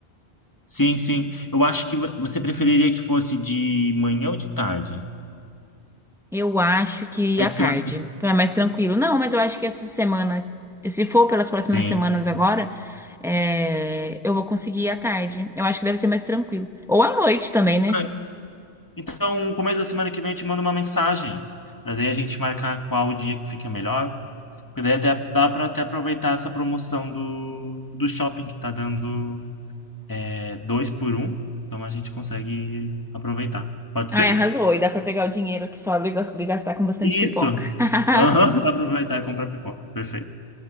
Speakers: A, on the left; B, in the centre.
A: Sim, sim. Eu acho que vo- você preferiria que fosse de manhã ou de tarde?
B: Eu acho que à
A: É que
B: tarde,
A: semana que
B: para mais tranquilo. Não, mas eu acho que essa semana, se for pelas próximas
A: Sim.
B: semanas agora, é, eu vou conseguir ir à tarde. Eu acho que deve ser mais tranquilo. Ou à noite também, né?
A: Ah, Então, começo da semana que vem eu te mando uma mensagem, para daí a gente marcar qual dia que fica melhor. Porque daí até, dá para até aproveitar essa promoção do, do shopping que tá dando é, dois por um. Então a gente consegue aproveitar. Pode
B: Ai,
A: ser?
B: arrasou. E dá pra pegar o dinheiro que sobra e gas- e gastar com bastante
A: Isso!
B: pipoca. <laughs>
A: Aham, <laughs> dá pra aproveitar e comprar pipoca. Perfeito.